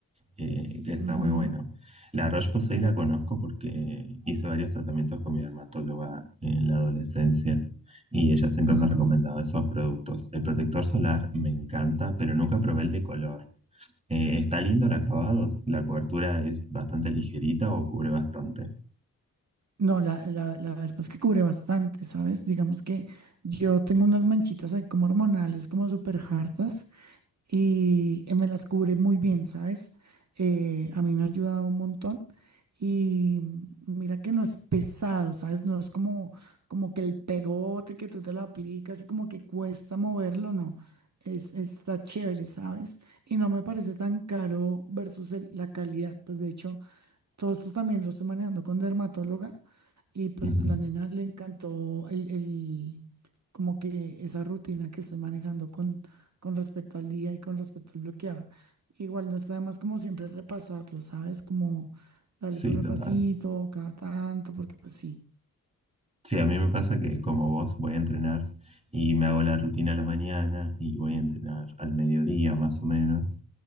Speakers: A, on the right; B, on the right.
A: eh, que está
B: Ujú,
A: muy bueno. La Roche-Posay la conozco porque hice varios tratamientos con mi dermatóloga en la adolescencia y ella siempre
B: ajá.
A: me ha recomendado esos productos. El protector solar me encanta, pero nunca probé el de color. Eh, está lindo el acabado, la cobertura es bastante ligerita o cubre bastante.
B: No, la, la, la verdad es que cubre bastante, ¿sabes? Digamos que yo tengo unas manchitas ahí como hormonales, como súper hartas. y eh, me las cubre muy bien, ¿sabes? Eh, a mí me ha ayudado un montón y mm, mira que no es pesado, ¿sabes? No es como, como que el pegote que tú te lo aplicas y como que cuesta moverlo, no. Es, está chévere, ¿sabes? Y no me parece tan caro versus el- la calidad. Pues de hecho, todo esto también lo estoy manejando con dermatóloga y pues
A: Ujú, ujú.
B: la nena le encantó el, el- como que esa rutina que estoy manejando con, con respecto al día y con respecto al bloquear. Igual no está de más como siempre repasarlo, ¿sabes? Como darle
A: Sí,
B: su repasito
A: total.
B: cada tanto, porque pues sí,
A: Sí, a mí me pasa que como vos voy a entrenar y me hago la rutina a la mañana y voy a entrenar al mediodía más o menos.